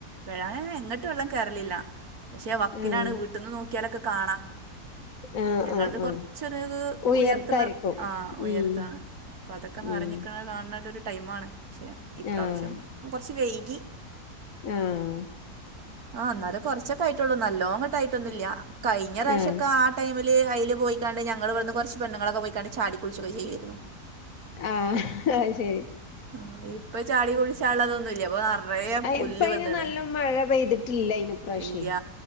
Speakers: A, on the right; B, on the left.
A: വരാന് വെള്ള എങ്ങിട്ട് വെള്ളം കേറലില്ല പക്ഷെ വക്കിനാണ്
B: ആഹ്
A: വീട്ടിൽന്ന് നോക്കിയാലൊക്കെ കാണാ
B: ആഹ്
A: ഞങ്ങളത്
B: ആഹ്
A: കൊറച്ചത്
B: ആഹ് ഉയർത്തായിരിക്കും
A: ഉയർത്തിള്ള ആഹ ഉയർത്താണ്
B: ഉം
A: അപ്പൊ അതൊക്കെ ഒന്ന്
B: ഉം
A: നറിഞ്ഞിക്കണ് കാണേണ്ട ഒരു ടൈമാണ് പക്ഷെ ഇപ്രാവശ്യം
B: ആഹ്
A: കുറച്ച് വൈകി
B: ആഹ്
A: ആ എന്നാലേ കുറച്ചൊക്കെ ആയിട്ടുള്ളൂ നല്ലോങ്ങോട്ട ആയിട്ടൊന്നുമില്ല കഴിഞ്ഞ പ്രാവശ്യ
B: ആഹ്
A: ഒക്കെ ആ ടൈമില് അയിൽ പോയിക്കാണ്ട് ഞങ്ങള് ഇവ്ട്ന്ന് കൊറച്ച് പെണ്ണ ങ്ങളൊക്കെ പോയിക്കാണ്ട് ചാടി കുളിച്ചൊക്കെ ചെയ്യ ആയിരുന്നു
B: ആഹ് ആയ് ശരി
A: ആ, ഇപ്പൊ ചാടി കുളിച്ചാള്ളതൊന്നുമല്ല ഇപ്പൊ നിറയെ പുല്ല്
B: ഇപ്പ അയിന്
A: വന്നണ്
B: നല്ല മഴ പെയ്തിട്ടില്ല അയിന് ഇപ്രാവശ്യേ
A: ഇല്ലയ